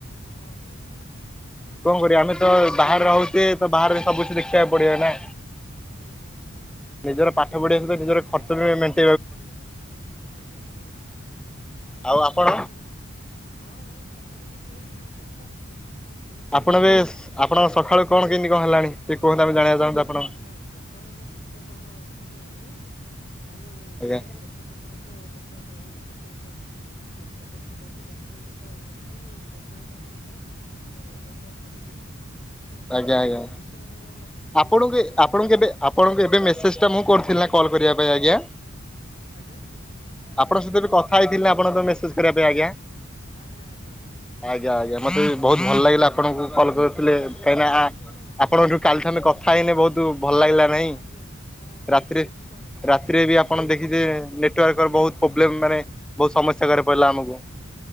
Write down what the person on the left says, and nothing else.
ହଁ ଭାଇ ହଁ।
ସେଇଟା
ଠିକ
କଥା କହିଲ।
ହୁଁ ହୁଁ ହୁଁ
ଆଜ୍ଞା ହୁଁ ହୁଁ।
ନାଇଁ ତ ହଁ ଭାଇ ଆମର ବି ସେଇ ଅବସ୍ଥା। ସେମିତି
ହିଁ କାମ।
ନାଇଁ
ଭାଇ ସ
ନାଇଁ ସକାଳ ନିତ୍ୟକର୍ମ ଏ ଏଥିପାଇଁ ଯେ ଆମେ
ବର୍ତ୍ତମାନ କର୍ମକ୍ଷେତ୍ରରେ ତ ବର୍ତ୍ତମାନ ଯୋଉ ଆମେ ଚାକିରୀ କ୍ଷେ ଆମେ ଚାକିରୀ ଯୋଉ କହୁଛେ ଚାକିରୀ ତ ବର୍ତ୍ତମାନ କର ଭିତରେ ଆମର ରବିବାରଟା ଛୁଟି ଦିନ। ରହୁଛି। ତ ଟିକେ
ବହୁତ ଖୁସି ଅନୁଭବ ଲାଗୁଛି ଯେ
ଯାହା ହଉ
ଛୁଟି
ଆଜ୍ଞା
ହଁ
ଆଜ୍ଞା ଆଜ୍ଞା ହଁ।
ହଁ
ହଁ
ହଁ ହଁ
ମୁଁ ମୁଁ
ବି ହଁ
ମୁଁ
ବି
ଆଜ୍ଞା ହଁ ହଁ
ମୁଁ ବୁଝିପାରୁଛି ଭାଇ
ମୋର
ଟିକେ
ହଁ
ହଁ
ହଁ
ହଁ ହଁ